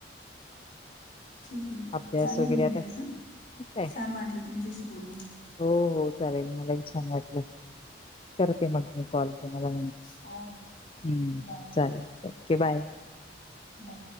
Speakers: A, on the left; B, on the left.
A: ठीक आहे
B: अभ्यास
A: चालेल
B: वगैरे
A: ममताई
B: आता
A: हा
B: ठीक आहे.
A: छान वाटलं तुमच्याशी बोलून
B: हो हो चालेल मलाही छान वाटलं करते मग मी कॉल मला
A: हो
B: ्
A: बाय
B: चालेल ओके बाय
A: बाय